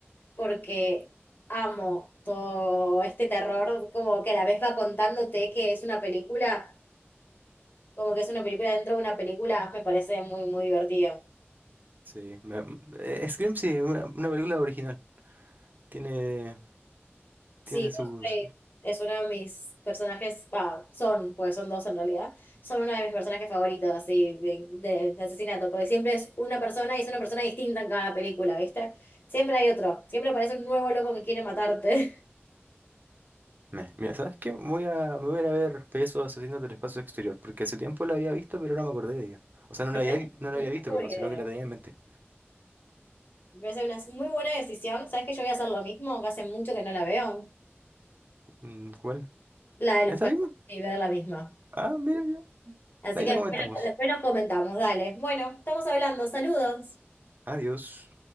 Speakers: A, on the left; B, on the right.
A: porque amo todo este terror. Como que a la vez va contándote que es una película, como que es una película dentro de una película, me parece muy, muy divertido.
B: Sí. me- eh, Scream, sí, es una, una película original. Tiene,
A: Sí,
B: tiene sus.
A: Ghostface es uno de mis personajes, va, son, pues son dos en realidad, son uno de mis personajes favoritos, así, de, de- de asesinato, porque siempre es una persona y es una persona distinta en cada película, ¿viste? Siempre hay otro, siempre aparece un nuevo loco que quiere matarte.
B: Me- mira, ¿sabes qué? Voy a, me voy a ir a ver Payasos Asesinos del Espacio Exterior, porque hace tiempo la había visto, pero no me acordé de ella.
A: <laughs>
B: O sea, no
A: Me
B: la
A: parece
B: había, no
A: una
B: la había visto,
A: muy buena
B: perdón, sino
A: idea.
B: que la tenía en mente.
A: Me parece una muy buena decisión. ¿Sabes que yo voy a hacer lo mismo? Que hace mucho que no la veo.
B: Mm, ¿Cuál?
A: La de los
B: ¿Esta
A: países
B: misma?
A: y ver la misma.
B: Ah, mira ya.
A: Así
B: De ahí
A: que
B: la
A: después
B: comentamos.
A: después nos comentamos, dale. Bueno, estamos hablando, saludos.
B: Adiós.